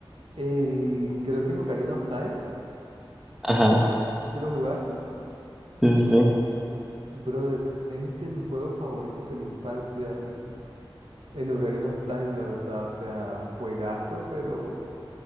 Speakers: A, on the right; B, in the centre.
A: El, creo que es Ocarina of Time,
B: Ajá,
A: si lo jugaste.
B: sí, sí, sí.
A: Brother, es de mis juegos favoritos de la infancia, el, el Ocarina of Time, la verdad. O sea, juegazo, pero,